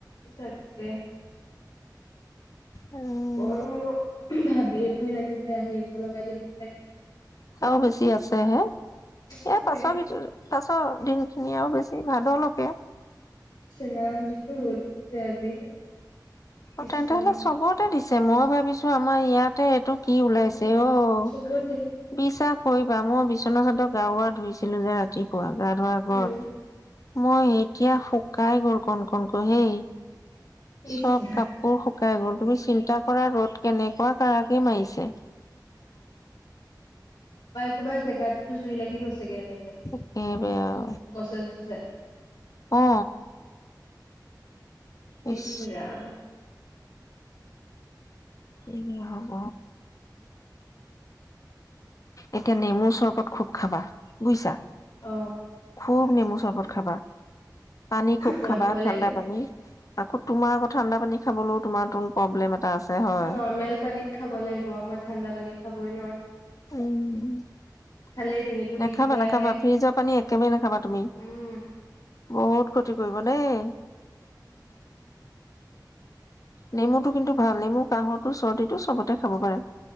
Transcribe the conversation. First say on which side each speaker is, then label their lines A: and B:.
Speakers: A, on the left; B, on the left.
A: থাকে
B: উম।
A: বৰ মোৰ ভাবিয়ে লাগিছে আহিব লগা দিনকেইটা কেনেকে থাকে
B: আৰু বেছি আছো হে এ
A: সেইটোৱে
B: পাছৰ ভিতৰত পাছ অ দিন খিনি আৰু বেছি ভাগলাগে
A: ইছৰাম যিটো ৰ'দ দিছে আজি কৃষ্ণ
B: অ' তেন্তে হলে চবতে দি ছে মইও ভাবিছো আমাৰ ইয়াতে এইটোক কি ওলাইছে
A: নাই
B: অ',
A: চবতে
B: বিশ্বাস কৰিবা মই বিচনা চাদৰ গাৰুৱা ধুইছো। আছিলো যে ৰাতিপুৱা গাৰুৱা গছ
A: উম
B: মই এতিয়া শুকাই গ'ল কণ কণ ক হেই।
A: ইচ
B: চব কাপোৰ শুকাই গ'ল তুমি চিন্তা কৰা ৰ'দ কেনেকুৱা কাৰাকী মাৰিছে।
A: ক'বাত জেগাতো জুই লাগি গৈছেগে এনেকে
B: একেবাৰে
A: উম,
B: আৰু
A: গছে চছে।
B: অ
A: ইছৰাম।
B: ইচ এ হ'ব। এতিয়া নেমুৰ চৰবত খুব খাবা, বুজিছা।
A: অ
B: খুব নেমু চৰবত খাবা পানী খুব
A: বনাব
B: খাবা
A: লাগিব।
B: ঠাণ্ডা পানী আকৌ তোমাৰ ঠাণ্ডা পানী খাবলৈও তোমাৰ তোন প্ৰব্লেম এটা আছে হয়
A: নৰ্মেল পানীত খাব লাগিব মই ঠাণ্ডা পানীত খাবই নোৱাৰো।
B: উম।
A: খালে ডিঙিটো
B: নাখাবা,
A: বিষ হৈ
B: নাখাবা
A: আহে
B: ফ্ৰিজৰ পানী একেবাৰে নাখাবা তুমি
A: উম।
B: বহুত ক্ষতি কৰিব দেই।
A: অ <inaudible>
B: নেমুটো কিন্তু ভাল নেমু কাঁহৰটো চৰ্দিটো চবতে খাব পাৰে।